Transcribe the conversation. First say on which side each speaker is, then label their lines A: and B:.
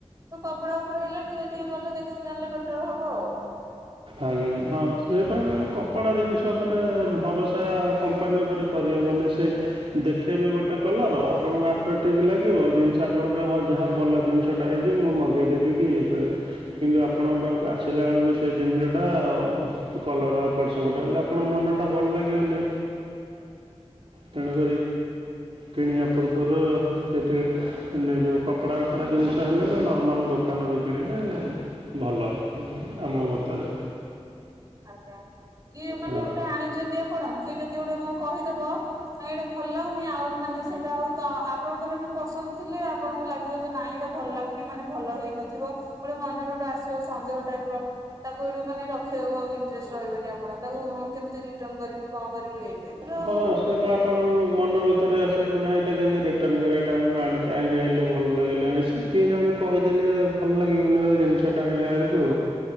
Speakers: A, on the right (about 30°); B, on the right (about 55°).
A: ତୋ କପଡା ଉପରେ ହେଲେ ଟିକେ ଟିକେ ଗଲେ ଦେଖିକି ଆଣିଲେ ବେଟର ହବ ଆଉ।
B: ଆଜ୍ଞା ହଁ ସେଇପା କପଡ଼ା ଜିନିଷ ଉପରେ ଭରସା କମ୍ପାନୀ ଉପରେ। କରି ହବନି ସେ। ଦେଖେଇବେ ଗୋଟେ କଲର ଆପଣଙ୍କୁ ଆଟ୍ରାକ୍ଟୀବି ଲାଗିବ ଜିନିଷ ଆପଣ କହିବେ ଯାହା ହଉ ଭଲ ଜିନିଷ। ଛୋଟ ହେଇଯିବ ମୁଁ ମଗେଇଦେବି କି ଇଏ କରିବି କିନ୍ତୁ ଆପଣଙ୍କ ପାଖକୁ ଆସିଲା ବଳକୁ ସେ ଜିନିଷଟା କଲର ଏପଟ ହେଲେ ଆପଣଙ୍କ ମନଟା ଭଲ ଲାଗିବନି। ତେଣୁକ କିଣିବା ପୂର୍ବରୁ ସେଥି। ମାନେ ଯୋଉ କପଡ଼ା ଫପଡ଼ା ଜିନିଷ ହେଲେ ତ ନର୍ମାଲ ଦୋକାନରୁ କିଣିଲେ। ଭଲ ଆମ ମତରେ।
A: ଆଜ୍ଞା କିଏ ମାନେ
B: ହଁ
A: ଗୋଟେ ଆଣି ଚନ୍ତି। ଆପଣ କି ଯଦି ଗୋଟେ କଣ କହିଦବ ନାଇଁ ଏଇଟା ଭଲ ଲାଗୁନି ଆଉ ମାନେ ସେଇଟା ଆଉ ତ ଆ ଆପଣଙ୍କର ବି ପସନ୍ଦ ଥିଲେ ଆପଣଙ୍କୁ ଲାଗିବ ଯେ ନାଇଁ ଏଇଟା ଭଲ ଲାଗୁନି। ମାନେ ଭଲ ହେଇନଥିବ। ଗୋଟେ ମନରେ ଗୋଟେ ଆସିବ ସନ୍ଦେହ ଟାଇପ୍ ର ତାକୁ ଏଠୁ ମାନେ ରଖିବାକୁ ଆ ଇଣ୍ଟରେଷ୍ଟ ରହିବେନି ଆପଣ ତାକୁ କେମିତି ରିଟନ୍ କରିବି କଣ କରିବି ଏଇ ଟାଇପ ର ଆଉ
B: ହଁ ସେ ବା ଆପଣ ମନ ଭିତରେ ଆସିବାକୁ ନାଁ ଏଇଟା କେମିତି ରିଟର୍ଣ୍ଣ କରିବାଟା ମୁଁ ଆଣିଲି କାହିଁକି ଭଲ ଲାଗିଲାନି ସେ କିଏ ଜଣେ କହିଦେଲେ ଭଲ ଲାଗିବନି ଜିନିଷ ଟା ଆଣିଲା ବେଳକୁ।